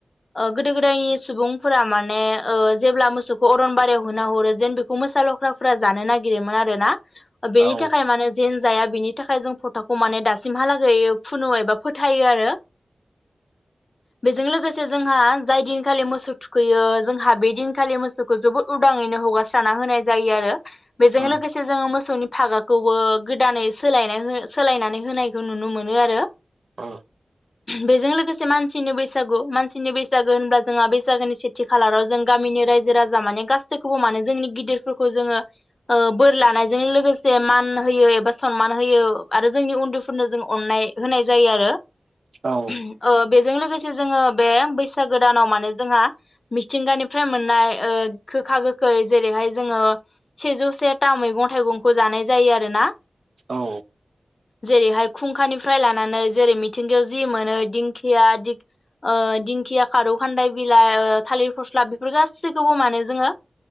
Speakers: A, on the left (about 45°); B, on the right (about 80°).
A: ओ गोदो गोदायनि सुबुंफोरा माने ओ जेब्ला मोसौखौ अरनबारियाव होनो हरो जेन बेखौ मोसा लख्राफोरा जानो नागिरोमोन आरोना। बेनि
B: औ
A: थाखाय माने जेन जाया बेनि थाखाय जों फोथ थाखौ माने दासिमहालागै फुनु एबा फोथायो आरो बेजों लोगोसे जोंहा जाय दिनखालि मोसौ थुखैयो जोंहा बे दिनखालि मोसौखौ जोबोद उदाङैनो हगारस्राना होनाय जायो आरो। बेजों
B: उम
A: लोगोसे जोङो मोसौनि थागाखौबो गोदानै सोलायना सोलायनानै होनायखौ नुनो मोनो आरो
B: ओ।
A: बेजों लोगोसे मानसिनि बैसागु मानसिनि बैसागु बैसागो होनब्ला जोंहा बैसागोनि सेथि खालाराव जों गामिनि रायजो राजा माने गासैखौबो माने जोंनि गिदिरफोरखौ जोङो ओ बोर लानायजों लोगोसे मान होयो एबा सनमान होयो आरो जोंनि उन्दैफोरनो जों अननाय होनाय जायो आरो।
B: औ
A: उम ओ। बेजों लोगोसे जोङो बे बैसा गोदानाव माने जोंहा मिथिंगानिफ्राय मोननाय ओ गोखा गोखै जेरैहाय जोङो सेजौ सेथा मैगं थाइगंखौ जानाय जायो आरोना।
B: औ।
A: जेरैहाय खुंखानिफ्राय लानानै जेरै मिथिंगायाव जि मोनो दिंखिया दि ओ दिंखिया फारौ खान्दाय बिलाइ ओ थालिर फस्ला बेफोर गासैखौबो माने जोङो